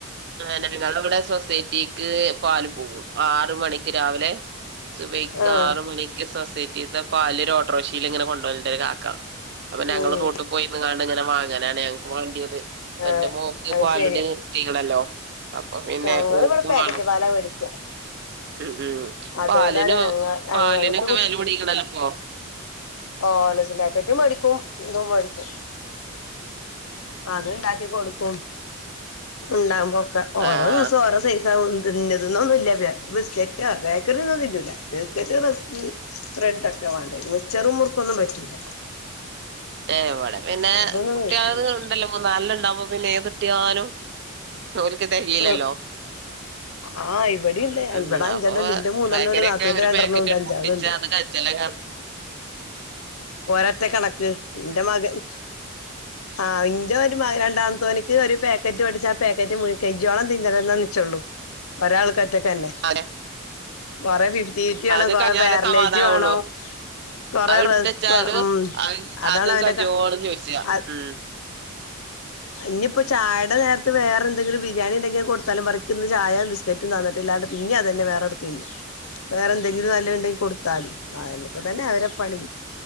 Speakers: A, on the right; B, on the left.
A: <unintelligible> കാര്ണം വ്ടെ സൊസൈറ്റീക്ക് പാല് പോകും ആറ് മണിക്ക് രാവിലെ സുബൈയ്ക്ക്
B: ആ
A: ആറ് മണിക്ക് സൊസൈറ്റീത്തെ പാല് ഒരു ഓട്ട്രോഷീല് ങ്ങനെ കൊണ്ടോവൽണ്ട് ഒരു കാക്ക അപ്പൊ ഞങ്ങള്
B: ഉം
A: റോട്ട് പോയിന്ന് കാണ്ട് ങ്ങനെ വാങ്ങാനാണ് ഞങ്ങക്ക് വാണ്ട്യത്.
B: ആ
A: എന്റെ മോക്ക്
B: അത്
A: പാലുടി
B: ശരി
A: നിർ ത്തീക്ക്ണല്ലോ അപ്പൊ പിന്നെ
B: ഞങ്ങളിവിടെ
A: ഓക്കും
B: പാക്കറ്റ്
A: വേണം
B: പാലാ മേടിക്ക
A: ഉം ഉം
B: അതുകൊണ്ടാണ്
A: പാലിന്
B: ഞങ്ങ ഞങ്ങൾക്ക്
A: പാലിനൊക്കെ വെലൂടീക്ക്ണല്ലോ പോ
B: ഹോർലിസുംപേക്കറ്റും മേടിക്കും ന്തും മേടിക്കും അത് ണ്ടാക്കി കൊടുക്കും. ണ്ടാവുംമ്പോക്കെ ഓരോ
A: ആഹ്
B: ദിവസൊ ഓരോ സൈസാകും ഇന്നത്‌ന്നൊന്നുല്ല ത് ബിസ്ക്കറ്റാ ബേക്കറിന്നൊന്നും തിന്നൂല്ല ബിസ്ക്കറ്റ് റസ്ക്ക് ബ്രെഡൊക്കെ വാണ്ടേ മിച്ചറും മുർക്കൊന്നും പറ്റൂല്ല
A: ഏഹ് വടെ പിന്നേ
B: അതൊന്നും
A: കുട്ടികളത്
B: കഴിക്കൂല
A: <unintelligible> ണ്ടല്ലമ്മോ നൽണ്ണെണ്ടാവുമ്പോ പിന്നെഏതുട്ട്യാലും ഓരുക്ക് തെക് യൂലല്ലോ
B: ഉം ആഹ് ഇവിടെണ്ട്
A: ഉം
B: ഇവിടെ അഞ്ചെണ്ണണ്ട്
A: അപ്പൊ
B: ഇന്റെ മൂന്നെണ്ണം
A: ബേക്കാറിട്ട്യാ
B: ഉണ്ട് നാത്തൂന്റെ
A: ഒരു
B: രണ്ടെണ്ണം
A: പേക്കറ്റാണ്ട്
B: ഉണ്ട് അഞ്ചാളുണ്ട്
A: പൊട്ടിച്ചാ അത് കൽച്ചലാക്കാ
B: ഒരൊറ്റ കണക്ക് ന്റെ മകൻ ആഹ് ഇന്റെ ഒരു മക രണ്ടാമത്തോനിക്ക് ഒരു പേക്കറ്റ് പൊട്ടിച്ചാ ആ പേക്കറ്റ് മുഴ് കെജോളം തിന്നണന്നാ നിച്ചള്ളൂ ഒരാൾക്കറ്റൊക്കെന്നെ
A: അതെ
B: കൊറെ ഫിഫ്റ്റിവിറ്റി വേണം
A: അത്
B: കൊറെ
A: കഴിഞ്ഞാലേ
B: പാരലേജ്
A: സമാധാനാവുള്ളൂ
B: വേണം കൊറെ
A: അത് എടുത്തച്ചാലും
B: റിസ്ക് വാണു ഉം
A: അത്
B: അതാണവന്റെ
A: അത് കജോളം
B: കാ
A: ചോദിച്ചാ
B: അ
A: ഉം
B: ഞ്ഞിപ്പോ ചായടെ നേര്ത്ത് വേറെന്തെങ്കിലും ബി ബിരിയാണിണ്ടെങ്കി അയ് കൊട്ത്താലും പറിം ക്ക്ന്ന് ചായ ബിസ്ക്കറ്റും തന്നിട്ട്ല്ലാണ്ട് പിന്നി അതെന്നെ വേറെടുത്ത് തിന്നും. വേറെ എന്തെങ്കിലും നല്ലത്ണ്ടെങ്കി കൊട്ത്താലും അ ഓണ്ടൊക്കെ തന്നെ അവരെ പണി